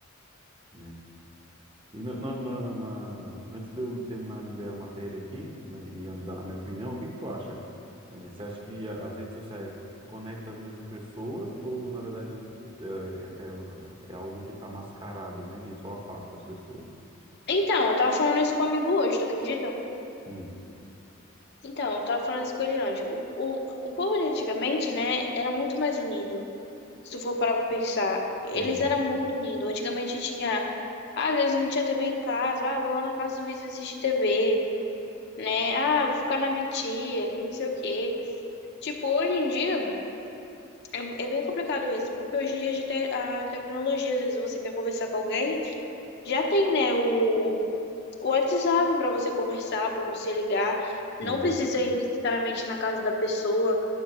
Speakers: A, on the right; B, on the left.
A: né? E na, na- na- na- antes de eu terminar de ler a matéria aqui, né, e a- dar a minha opinião, o que que tu acha? Eh, você acha que a- as redes sociais conectam as mesmas pessoas ou, na verdade, é, é- é- é algo que está mascarado, né? E só afasta as pessoas?
B: Então, eu tava falando isso com um amigo hoje, tu acredita?
A: Hum,
B: Então, eu tava falando isso com ele, Anjo. O, o, o povo de antigamente, né? Era muito mais unido. se tu for parar pra pensar, eles
A: hum,
B: eram muito unidos. Antigamente tinha, ah, às vezes não tinha TV em casa, ah, vou lá na casa do vizinho assistir TV, né? Ah, vou ficar na minha tia, que não sei o quê. Tipo, hoje em dia é, é bem complicado isso, porque hoje em dia já tem a tecnologia, às vezes você quer conversar com alguém, já tem, né, o, o WhatsApp pra você conversar, pra você ligar. Não
A: sim.
B: precisa ir necessariamente na casa da pessoa,